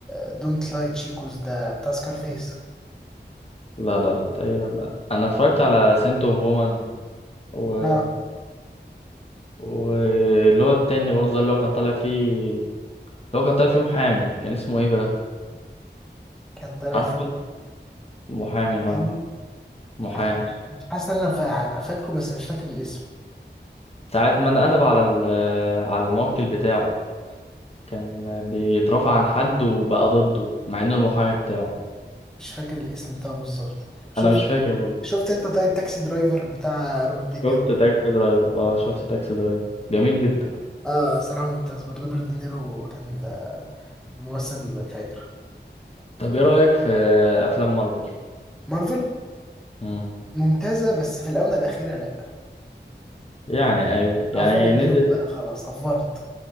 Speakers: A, in the centre; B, on the left.
A: دونت لاي تشيكوز ده بتاع سكارفيس
B: لا لا لا تقريبا لا أنا اتفرجت على سنت اوف وومن و...
A: اه
B: واللي هو التاني برضه ده اللي هو كان طالع فيه لو كان طالع فيه محامي كان اسمه ايه بقى
A: كان طالع
B: عارف
A: في
B: كنت محامي
A: محامي
B: اه محامي
A: مش مش حاسس ان انا فا- فاكره بس مش فاكر الاسم
B: ساعة ما انقلب على ال- على الموكل بتاعه كان بيترافع عن حد وبقى ضده مع انه المحامي بتاعه
A: مش فاكر الاسم بتاعه بالظبط شفت
B: انا مش فاكر برضه
A: شفت انت طيب تاكسي درايفر بتاع روبرت دينيرو
B: شفت تاكسي درايفر اه شفت تاكسي درايفر جميل جدا
A: اه صراحة ممتاز برضه روبرت دينيرو كان ممثل فاجر
B: طب ايه رأيك في افلام مارفل
A: مارفل
B: مم.
A: ممتازة بس في الآونة الأخيرة لأ
B: يعني ايوه يعني
A: أفورت منهم
B: نزل
A: بقى خلاص أفورت